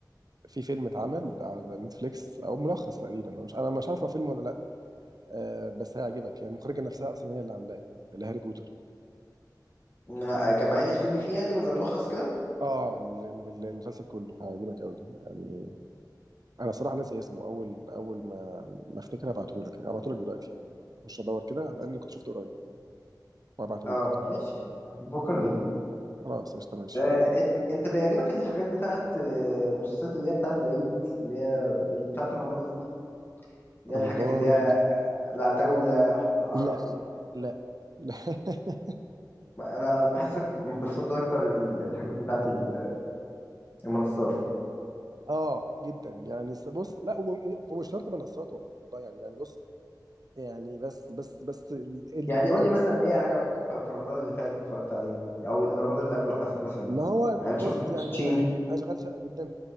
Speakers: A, on the right (about 60°); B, on the left (about 30°).
A: في فيلم اتعمل على نتفليكس او ملخص تقريبا انا مش انا مش عارف هو فيلم ولا لا آه بس هيعجبك يعني المخرجة نفسها اصلا هي اللي عاملاه اللي هاري بوتر
B: إن جمعاني الفيلم فيه يعني زي ملخص كده
A: اه من ال- من ال- المسلسل كله هيعجبك قوي يعني انا صراحة ناسي اسمه اول اول ما ما افتكر هبعته لك هبعته لك دلوقتي يعني هخش ادور كده لان كنت شفته قريب وهبعته
B: اه
A: لك
B: ماشي بفكرني
A: خلاص قشطة ماشي
B: آه، أن- انت بيعجبك الحاجات بتاعت آه، المسلسلات اللي هي بتاعت العيد اللي هي اللي بتاعت رمضان قصدي اللي هي
A: رمضان
B: الحاجات اللي أيوة. هي العتاولة عرب
A: لا
B: وال...
A: لا لا <laughs>
B: انا بحسك بتفضل اكتر ال- الحاجات بتاعت ال- المنصات
A: اه جدا يعني س- بص لا و- و- ومش شرط منصات والله يعني يعني بص يعني بس بس بس ال... ال...
B: يعني قول لي مثلا ايه عجبك ف- في رمضان اللي فات اتفرجت عليه او اللي رمضان اللي قبله حسب مثلا
A: ما هو
B: يعني انت
A: بص
B: شفت الحشاشين
A: يعني أش- اشغال شقة جدا